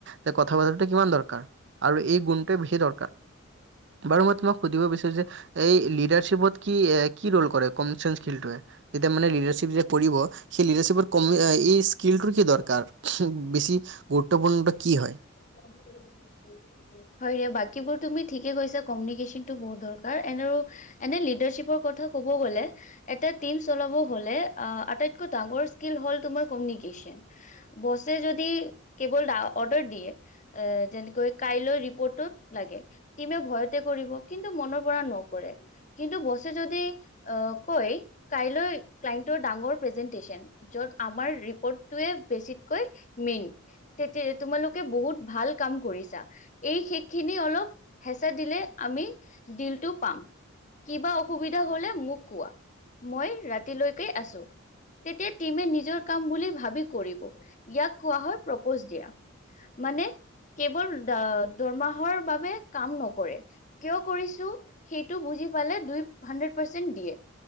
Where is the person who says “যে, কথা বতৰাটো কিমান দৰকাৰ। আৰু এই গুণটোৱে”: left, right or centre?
Right